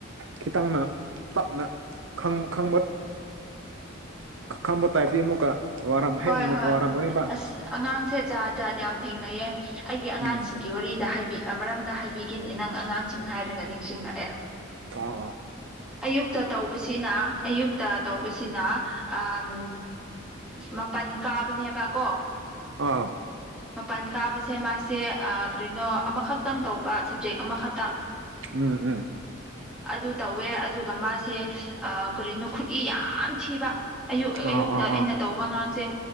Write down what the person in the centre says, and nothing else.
ꯍꯣꯏ ꯍꯣꯏ
ꯑꯁ ꯑꯉꯥꯡꯁꯦ ꯖꯥ ꯖꯥꯠ ꯌꯥꯝ ꯊꯦꯡꯅꯩꯌꯦ ꯑꯩꯒꯤ ꯑꯉꯥꯡꯁꯤꯡꯒꯤ
ꯋꯥꯔꯤꯗ ꯃꯔꯝꯗ ꯍꯥꯏꯕꯤꯒꯦꯅꯤ ꯅꯪ ꯑꯉꯥꯡꯁꯤꯡ ꯍꯥꯏꯔꯒ ꯅꯤꯡꯁꯤꯡꯂꯛꯑꯦ
ꯑꯌꯨꯛꯇ ꯇꯧꯕꯁꯤꯅ ꯑꯌꯨꯛꯇ ꯇꯧꯕꯁꯤꯅ ꯑꯥꯝ ꯃꯄꯟ ꯀꯥꯕꯅꯦꯕ ꯀꯣ
ꯃꯄꯥꯟ ꯀꯥꯕꯁꯦ ꯃꯥꯁꯦ ꯑꯥ ꯀꯔꯤꯅꯣ ꯑꯃꯈꯛꯇꯪ ꯇꯧꯕ ꯁꯕꯖꯦꯛ ꯑꯃꯈꯛꯇꯪ
ꯑꯗꯨ ꯇꯧꯋꯦ ꯑꯗꯨꯒ ꯃꯥꯁꯦ ꯑꯥ ꯀꯔꯤꯅꯣ ꯈꯨꯠꯏ ꯌꯥꯝ ꯊꯤꯕ ꯑꯌꯨꯛ
ꯑꯌꯨꯛꯇ
ꯑꯩꯅ ꯇꯧꯕ ꯑꯉꯥꯡꯁꯦ